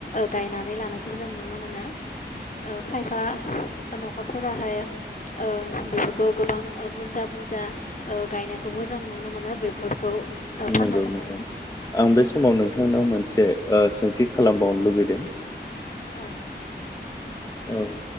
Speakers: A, on the left (about 45°); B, on the left (about 15°).
A: गायनानै लानायखौ जों नुनो मोनो ओ खायफा नखरफोराहाय ओ बेफोरखौ गोबां बुरजा बुरजा गायनायखौबो जों नुनो मोनो बेफोरखौ ओ फाननो
B: नंगौ
A: थाखाय
B: नोंथां आं बे समाव नोंथांनाव मोनसे ओ सोंथि खालामबावनो लुबैदों
A: औ
B: औ